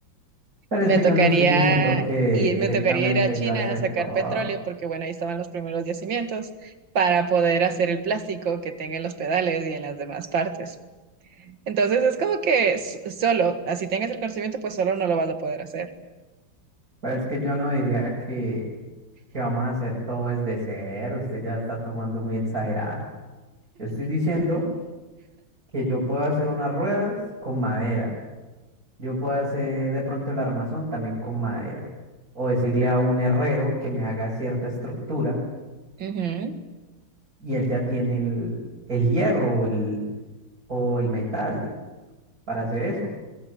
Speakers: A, on the right; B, on the right.
A: Pero es
B: Me
A: que
B: tocaría
A: yo no estoy diciendo que
B: y
A: directamente
B: me tocaría ir a China
A: yo hacer
B: a sacar
A: todo.
B: petróleo porque bueno, ahí estaban los primeros yacimientos para poder hacer el plástico que tenga en los pedales y en las demás partes. Entonces es como que s- solo, así tengas el conocimiento, pues solo no lo vas a poder hacer.
A: Pero es que yo no diría que, que vamos a hacer todo desde cero. Usted ya está tomando muy exagerado. Yo estoy diciendo que yo puedo hacer unas ruedas con madera. Yo puedo hacer de pronto el armazón también con madera. O decirle a un herrero que me haga cierta estructura
B: Ujú.
A: y él ya tiene el, el hierro o el, o el metal para hacer eso.